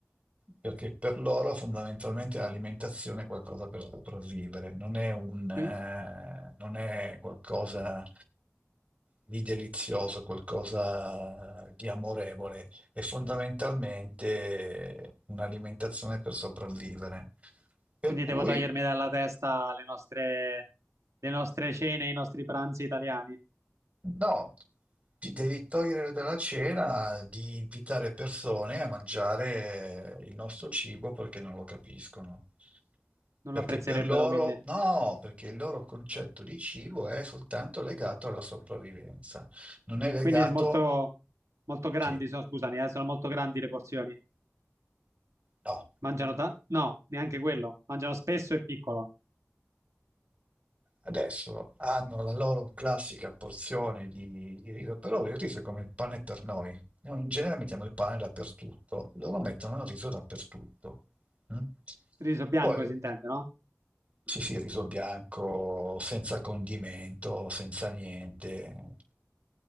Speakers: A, on the right (about 25°); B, on the right (about 85°).
A: perché per loro fondamentalmente l'alimentazione è qualcosa per sopravvivere, non è un, eh,
B: Qui-
A: non è qualcosa di delizioso, qualcosa di amorevole e fondamentalmente un'alimentazione per sopravvivere. Per
B: Quindi
A: cui,
B: devo togliermi dalla testa le nostre, le nostre cene, i nostri pranzi italiani.
A: no, ti devi togliere dalla cena di invitare persone a mangiare il nostro cibo perché non lo capiscono.
B: Non
A: Perché
B: lo apprezzerebbero,
A: per loro,
B: quindi.
A: no, perché il loro concetto di cibo è soltanto legato alla sopravvivenza, non è legato,
B: Quindi è molto, molto grandi,
A: sì,
B: sono, scusami, eh, sono molto grandi le porzioni.
A: no.
B: Mangiano ta- No, neanche quello. Mangiano spesso e piccolo.
A: Adesso hanno la loro classica porzione di, di riso, però il riso è come il pane per noi. Noi in genere mettiamo il pane dappertutto, loro mettono il riso dappertutto. mm?
B: Riso bianco
A: Poi
B: si intende, no?
A: sì, sì, riso bianco, senza condimento, senza niente.